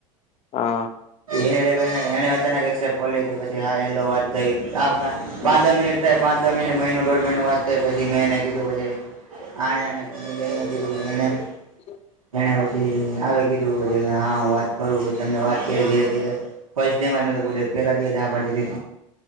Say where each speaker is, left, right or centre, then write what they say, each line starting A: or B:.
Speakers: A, on the left (about 35°); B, on the right (about 85°).
A: હા
B: એને અચાનક એસેપ્ટ કર લીધી પછી હા હેલો વાત થ
A: હમ
B: પાચ મિનિટ થાય પાંચ મિનિટ મહિનો દોઢ મહિનો વાત થાય પછી મેં એને કીધું પછી આણે એને બેન નને કીધુંએણે
A: હ <inaudible>
B: એને પછી આવે કીધું પછ કે હા હું વાત કરું પછી અને વાત કરી ધીરે ધીરે ફર્સ્ટ ડેમાં તો પેલાે દી એ જ મે હા પાડી